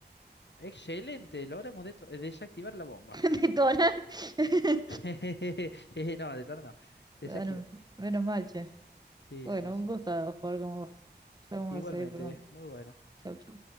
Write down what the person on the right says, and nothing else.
<laughs> Detona. <laughs>
Bueno, menos mal, che.
Bueno,
un gusto jugar con vos.
Ya vamos
a seguir pronto.
Chau, chau.